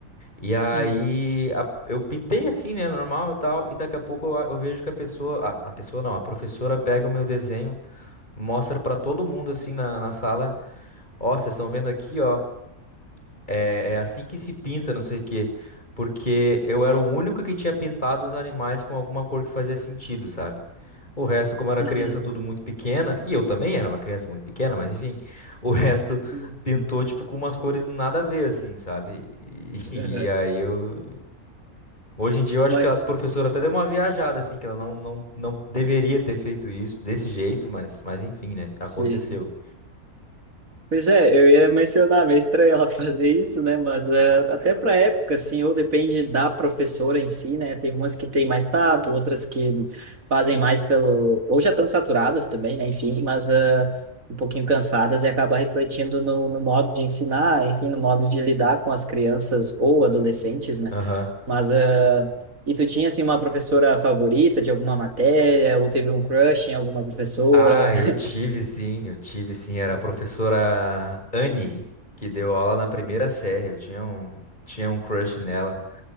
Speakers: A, on the left; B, on the right.
A: E aí
B: uhum,
A: a- eu pintei assim, né, normal e tal, e daqui a pouco eu, eu vejo que a pessoa, a, a pessoa não, a professora pega o meu desenho, mostra pra todo mundo assim na, na sala, ó, vocês estão vendo aqui, ó, é, é assim que se pinta, não sei o quê, porque eu era o único que tinha pintado os animais com alguma cor que fazia sentido, sabe? O resto, como era
B: uhum,
A: criança tudo muito pequena, e eu também era uma criança muito pequena, mas enfim, o <laughs> resto
B: uhum,
A: pintou
B: uhum.
A: tipo com umas cores nada a ver assim, sabe? E,
B: Aham.
A: <laughs> e aí eu Hoje em dia eu acho
B: Mas,
A: que a professora até deu uma viajada, assim, que ela não, não, não deveria ter feito isso desse jeito, mas, mas enfim, né? Aconteceu.
B: sim, sim. Pois é, eu ia mencionar, meio estranho ela <laughs> fazer isso, né? Mas eh, até para época, assim, ou depende da professora em si, né? Tem umas que têm mais tato, outras que fazem mais pelo. Ou já estão saturadas também, né? Enfim, mas eh, um pouquinho cansadas e acaba refletindo no, no modo de ensinar, enfim, no modo de lidar com as crianças ou adolescentes, né?
A: Aham.
B: Mas. eh, E tu tinha, assim, uma professora favorita de alguma matéria, ou teve um crush em alguma professora?
A: Ah, eu tive sim, eu tive sim. Era a professora Anne, que deu aula na primeira série. Eu tinha um, tinha um crush nela.